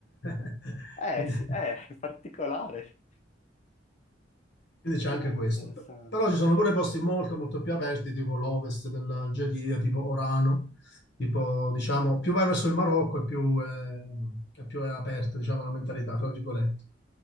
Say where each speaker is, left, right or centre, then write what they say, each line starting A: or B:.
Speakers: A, on the left; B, on the left.
A: <laughs>
B: Eh,
A: Quindi...
B: sì, eh, <laughs> è particolare.
A: Quindi c'è
B: No,
A: anche
B: no,
A: questo.
B: non interessante.
A: P- Però ci sono pure posti molto, molto più aperti, tipo l'ovest dell'Algeria, tipo Orano, tipo, diciamo, più vai verso il Marocco e più, eh, e più è aperta, diciamo, la mentalità,
B: È più...
A: tra virgolette.